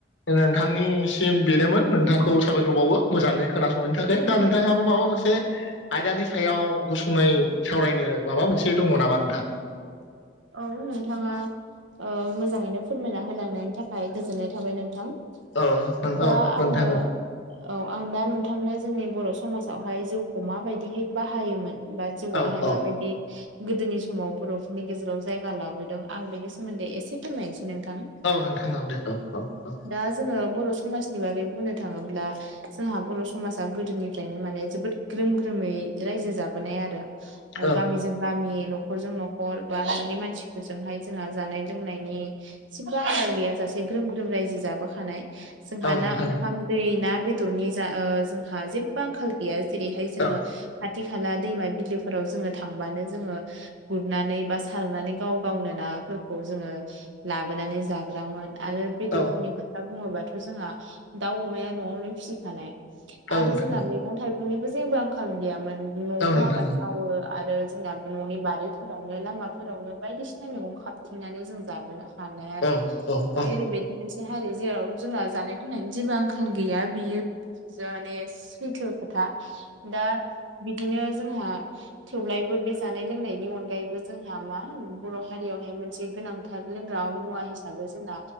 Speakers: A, on the left (about 75°); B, on the right (about 85°).
A: नोंथांनिसिम बेनोमोन नोंथांखौ साबायखरबावो मोजाङै खोनासंनायनि थाखाय। दा नोंथांहाबो माबा मोनसे आयदानि सायाव गुसुङै सावरायनो माबा मोनसे दङ नामा नोंथां?
B: औ नोंथाङा ओ मोजाङैनो फोरमायना होलांनायनि थाखाय गोजोननाय थाबाय नोंथां।
A: औ <unintelligible>
B: दा
A: नोंथां
B: आङो
A: औ।
B: औ आं दा नोंथांनो जोंनि बर' समाजावहाय जौखौ माबायदिहै बाहायोमोन? बा जौआहाय
A: औ औ
B: माबायदि गोदोनि समाव बर' नि गेजेराव जायगा लाबोदों आं बेनि सोमोन्दै एसे फोरमायनसै नोंथां।
A: औ नोंथां औ दे औ औ औ।
B: दा जोङो बर' समाजनि बागै बुंनो थाङोब्ला जोंहा बर' समाजा गोदोनिफ्रायनो माने जोबोद ग्रोम ग्रोमै रायजो जाबोनाय आरो। ओ
A: औ
B: गामिजों गामि न'खरजों न'खर बा न'नि मानसिफोरजोंहाय जोंहा जानाय लोंनायनि जेबो आखाल गैयाजासे ग्रोम ग्रोम रायजो जाबोखानाय। जोंहा
A: औ नोंथां
B: ना ओंखाम दै ना बेदरनि जा ओ जोंहा जेबो आंखाल गैया जेरैहाय जोङो
A: औ
B: खाथि खाला दैमा बिलोफोराव जोङो थांबानो जोङो गुर नानै बा सारनानै गाव गावनो नाफोरखौ जोङो लाबोनानै जाग्रामोन। आरो बेदरफोरनि
A: औ
B: खोथा बुङोबाथ' जोंहा दाउ अमाया न'आवनो फिसिखानाय। आरो
A: नोंथां
B: जोंना मेगं थाइगंनिबो जेबो आंखाल गैयामोन न'आवनो
A: औ नोंथां
B: आबाद माव वो आरो जोंना न'नि बारि फोरावनो लामाफोरावनो बायदिसिना मेगं खाबथिंनानै जों जाबोना सानो आरो
A: औ औ
B: बे
A: औ
B: ओरैबाय बे मोनसे हारि जेराव जोंहा जानाय लोंनायनि जेबो आंखाल गैया बियो जा माने सैथो खोथा दा बिदिनो जोंहा थेव्लायबो बे जानाय लोंनायनि अन गायैबो जोंहा मा बर' हारियावहाय मोनसे गोनांथार लोंग्रा मुवा हिसाबै जोंना